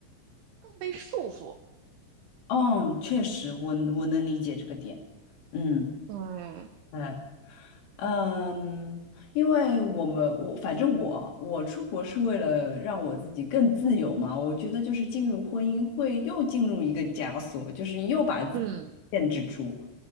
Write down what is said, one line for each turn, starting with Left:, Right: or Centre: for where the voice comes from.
Right: 更被束缚。
Left: 哦，确实，我我能理解这个点。嗯，
Right: 对，
Left: 对，嗯，因为我们我反正我我出国是为了让我自己更自由嘛。我觉得就是进入婚姻会又进入一个枷锁，就是又把自己限制住。
Right: 嗯，